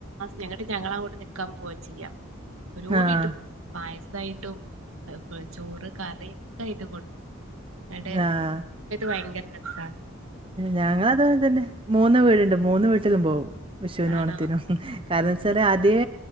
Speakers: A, on the right; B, on the right.
A: ഞങ്ങട്ട് ഞങ്ങള അങ്ങോട്ട് നിക്കാൻ പോവാ ചെയ്യാം ഓരോ
B: ആഹ്
A: വീട്ടും. പായസായിട്ടും ചോറ് കറി ഒക്കെ ആയിട്ടും കൊണ്ട്. ന്നിട്ട്
B: ആഹ്
A: ഇത് ഭയങ്കര രസ
B: ഞങ്ങള് അതുപോലെ തന്നെ മൂന്ന് വീടുണ്ട് മൂന്ന് വീട്ടിലും പോകും വിഷുവിനും
A: ആണോ
B: ഓണത്തിനും. കാരണേ ച്ചാല് അദ്യേ